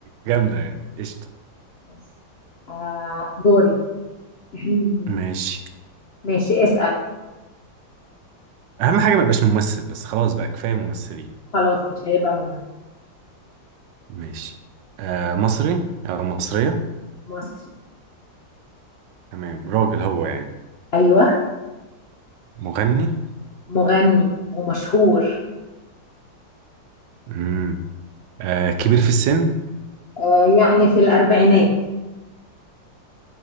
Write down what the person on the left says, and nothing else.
بس. آه دوري <clears throat>
ماشي اسال
خلاص مش هيبقى ممثل
مصري
ايوه
مغني ومشهور
آه، يعني في الأربعينات